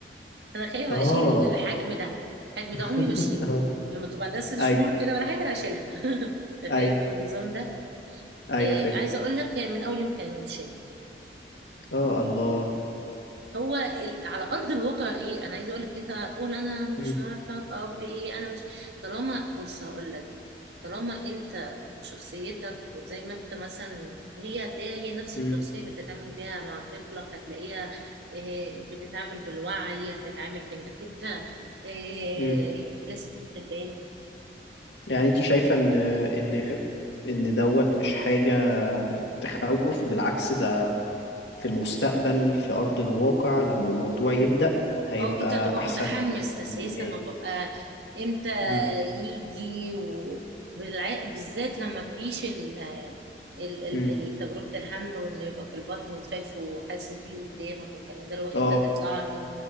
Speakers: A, on the right; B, on the left.
A: انا خايفه
B: اه
A: اشيل الحجم ده الحجم
B: <laughs>
A: ده عمري ما اشيله
B: آه.
A: لما تبقى عندها ست شهور
B: ايوه
A: كده ولا حاجه هشيلها <laughs> انت
B: ايوه
A: فاهم النظام ده
B: ايوه
A: آه،
B: فاهم
A: عايزه اقول لك هي من اول يوم كانت متشاله
B: اه الله
A: هو ال- على ارض الواقع غير انا عايزه اقول لك انت هتقول انا مش
B: مم.
A: عارفه ابقى اب ايه انا مش طالما بص هقول لك طالما انت شخصيتك وزي ما انت مثلا هي هتلاقيها هي نفس
B: مم.
A: الشخصيه اللي بتتعامل بيها مع طفلك هتلاقيها إيه، بتتعامل بالوعي هتتعامل بانك انت إيه،
B: مم.
A: لازم تبان
B: يعني انت شايفة ان ان ان دوت مش حاجة تخوف بالعكس ده في المستقبل في أرض الواقع لما الموضوع يبدأ هيبقى
A: اه انت تبقى
B: أحسن
A: متحمس اساسا
B: من دماغي
A: وتبقى امتى
B: امم
A: يجي وبالع- بالذات لما تعيش ال- ال- ال-
B: امم
A: ال- تجربة الحمل وان يبقى في البطن وشايفه وحاسس بيه قدامك والكلام ده اللي هو امتى
B: اه
A: تطلع لي